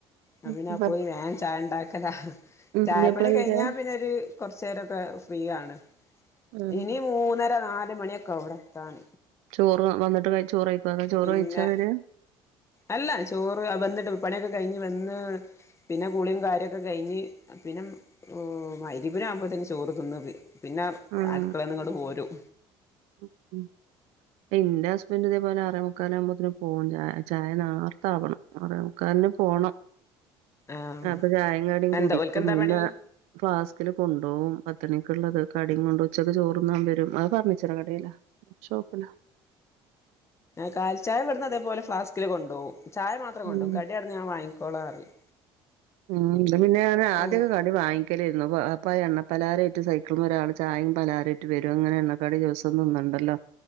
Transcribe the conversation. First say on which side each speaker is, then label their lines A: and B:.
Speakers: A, on the left; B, on the right.
A: അങ്ങനെ
B: ഉം
A: പോയി
B: അപ്
A: വേഗം ചായ ണ്ടാക്കല
B: ഉം
A: ചായപ്പണി
B: ഇഞ്ഞ് എപ്പളാ വരാ?
A: കഴിഞ്ഞാ പിന്നൊര്. കൊറച്ച് നേരൊക്കെ ഫ്രീയാണ്.
B: ഉം
A: ഇനി മൂന്നര നാല് മണിയൊക്കെ ആവുംവിടെത്താൻ.
B: ചോറ് വന്നിട്ട് ക ചോറ് കഴിക്കുവന്നാ അ ചോറ്
A: പിന്നെ
B: കഴിച്ചാവര്.
A: അല്ല ചോറ് വന്നിട്ട് പണിയൊക്കെ കഴിഞ്ഞ് വന്ന്. പിന്നെ കുളിയും കാര്യൊക്കെ കഴിഞ്ഞ് പിന്നെ മഗ്‌രിബ് ആവുമ്പോത്തിന്ന് ചോറ് തിന്നത്. പിന്നെ
B: ഉം
A: അടുക്കളേന്നിങ്ങോട്ട് പോരും.
B: ഉം ഇന്റെ ഹസ്ബന്റ് ഇതേപോലെ അറേ മുക്കാല് ആകുമ്പോത്തിന് പോവും. ചായ ചായ നാർത്തവണം. ആറെ മുക്കാലിന് പോണം
A: ആഹ്
B: അപ്പൊ ചായേം, കടിം
A: എന്താ
B: കുടിക്കുംപിന്നാ
A: ഓൽക്കെന്താ പണി
B: ഫ്ലാസ്കില് കൊണ്ടോവും പത്തണിക്ക്ഉള്ളത്. കടിം, കൊണ്ടോ വും ഉച്ചക്ക് ചോറ്തിന്നാൻ വരും. അത് ഫർണിച്ചറ് കടേലാ ഷോപ്പ്ലാ
A: കാൽ ചായ ഇവടുന്ന് അതേപോലെ ഫ്ലാസ്ക്കില് കൊണ്ടോവും ചായ മാത്രം കൊണ്ടോകും.
B: ഉം
A: കടി അവിടുന്ന് ഞാൻ വങ്ങിക്കോളാ അറിം
B: ഉം ഇത് പിന്നെ ആദ്യക്കെ
A: ഉം
B: കടി വാങ്ങിക്കലിരുന്നു അപ്പ എണ്ണ പലാ രായിട്ട് സൈക്കിള്മ്മേ ഒരാൾ ചായയും പലാരായിട്ട് വരും. അങ്ങനെ എണ്ണ ക്കടി ദിവസോം തിന്നണ്ടല്ലോ.